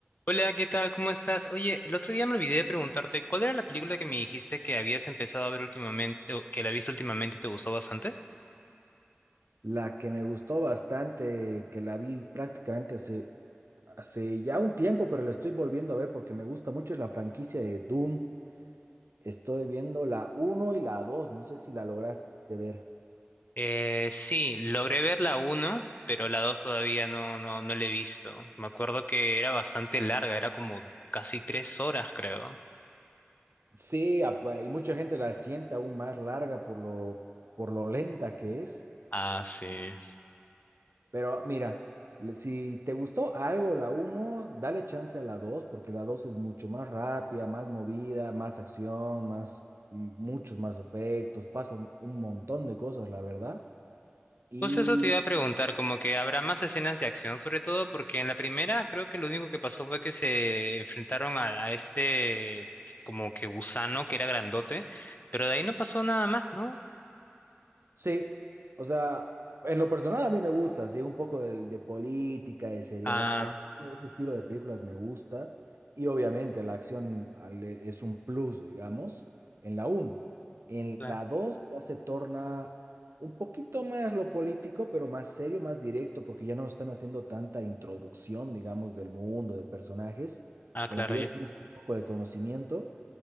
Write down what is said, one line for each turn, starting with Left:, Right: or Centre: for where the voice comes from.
Left: Hola, ¿qué tal? ¿Cómo estás? Oye, el otro día me olvidé de preguntarte, ¿cuál era la película que me dijiste que habías empezado a ver últimamente, o que la viste últimamente y te gustó bastante?
Right: La que me gustó bastante, que la vi prácticamente hace, hace ya un tiempo, pero la estoy volviendo a ver porque me gusta mucho, es la franquicia de Doom. Estoy viendo la uno y la dos no sé si la lograste ver.
Left: Eh, sí, logré ver la 1, pero la 2 todavía no, no, no la he visto. Me acuerdo que era bastante larga, era como casi tres horas, creo.
Right: Sí, apa- y mucha gente la siente aún más larga por lo, por lo lenta que es,
Left: Ah, sí.
Right: Pero mira, le- si te gustó algo la uno dale chance a la 2 porque la 2 es mucho más rápida, más movida, más acción, más, m- muchos más efectos, pasan un montón de cosas, la verdad. Y
Left: Justo eso te iba a preguntar, como que habrá más escenas de acción, sobre todo porque en la primera creo que lo único que pasó fue que se enfrentaron a, a este como que gusano que era grandote, pero de ahí no pasó nada más, ¿no?
Right: Sí, o sea, en lo personal a mí me gusta, sí, un poco de, de política, de seriedad,
Left: Ah,
Right: ese estilo de películas me gusta y obviamente la acción al- e, es un plus, digamos, en la uno, En
Left: claro.
Right: la 2 ya se torna un poquito más lo político, pero más serio, más directo, porque ya no están haciendo tanta introducción, digamos, del mundo, de personajes,
Left: Ah,
Right: como
Left: claro,
Right: que ya
Left: ya.
Right: tienes un poco de conocimiento.